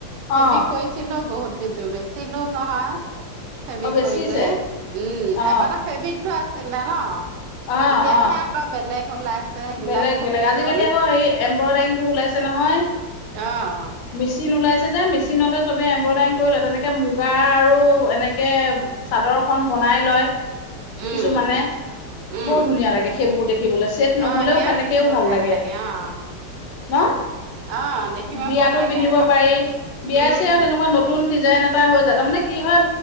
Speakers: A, on the left; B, on the right.
A: অ
B: ফেব্ৰিক কৰিছিলো। বহুত গেইযোৰ বেচিলো নহয়। ফেব্ৰিক
A: অ বেচিছে
B: কৰি কৰি, উম
A: অ
B: আগতে ফেব্ৰিকটো আছিলে ন।
A: অ
B: এতিয়াহে
A: অ
B: আকৌ বেলেগ <unintelligible>
A: বেলেগ
B: ফুল
A: বেলেগ আজিকালি
B: চুল
A: আকৌ হেৰি এম্ব্ৰইডাৰিংটো ওলাইছে নহয়।
B: অঁ।
A: মেচিন ওলাইছে যে মেচিনতে চবে এম্ব্ৰইডাৰি কৰি লয় তেনেকে মুগা আৰু এনেকে চাদৰ খন বনাই লয়।
B: উম
A: কিছু মানে
B: উম
A: বৰ ধুনীয়া লাগে সেইবোৰ দেখিবলৈ চেট নহলেও
B: অ সেয়াও
A: সেনেকেও
B: দেখিব
A: ভাল লাগে
B: অ
A: ন,
B: অ দেখিবা
A: বিয়াতো
B: ভাল লাগে
A: পিন্ধিব
B: আকৌ
A: পাৰি বিয়া
B: উম
A: চিয়া তেনেকুৱা নতুন ডিজাইন এটা হৈ যায় তাৰ মানে কি হয়